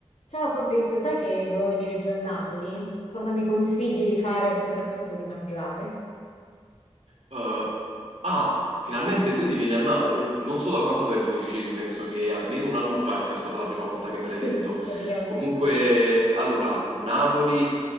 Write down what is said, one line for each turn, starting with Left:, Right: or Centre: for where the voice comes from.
Left: Ciao Fabrizio, sai che devo venire giù a Napoli? Cosa mi consigli di fare e soprattutto di mangiare?
Right: Uhm, ah, finalmente quindi vieni a Napoli. Non so da quanto tempo lo dicevi, penso che almeno un anno fa sia stata la prima volta
Left: <laughs>
Right: che me l'hai detto.
Left: Sì, praticamente.
Right: Comunque, allora, Napoli,